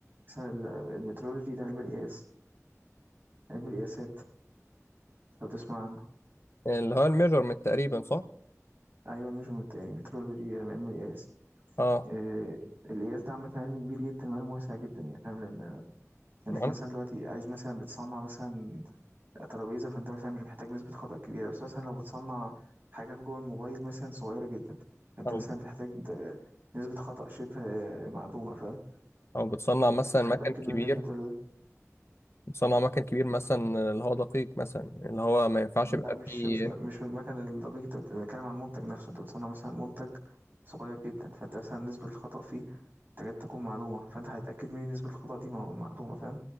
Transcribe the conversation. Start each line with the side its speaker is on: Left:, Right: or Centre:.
Right: مثلا ال- المترولوجي ده علم القياس علم القياسات لو تسمع عنه
Left: اللي هو الميجرمنت تقريبا صح
Right: أيوة ميجرمنت يعني مترولوجي علم القياس
Left: اه
Right: آه، القياس ده عامة علم كبير جدا وعلم واسع جدا يعني فاهم لأن إنك
Left: عن-
Right: مثلا دلوقتي عايز مثلا بتصنع مثلا ترابيزه فانت مثلا مش محتاج نسبه خطأ كبيره بس مثلا لو بتصنع حاجه في جوه الموبايل مثلا صغيره جدا فانت
Left: او
Right: مثلا بتحتاج د- نسبه خطأ شبه معدومه فاهم
Left: او بتصنع مثلا
Right: انت
Left: مكن
Right: هتأكد
Left: كبير
Right: من نسبه ال...
Left: بتصنع مكن كبير مثلا
Right: م.
Left: اللي هو دقيق مثلا اللي هو ما ينفعش
Right: لا
Left: يبقى
Right: مش
Left: فيه
Right: مش مش المكن الدقيق انت بت- بتتكلم عن المنتج نفسه انت بتصنع مثلا منتج صغير جدا فانت مثلا نسبه الخطأ فيه تكاد تكون معدومه فانت هتأكد من نسبه الخطأ دي مع- معدومه فاهم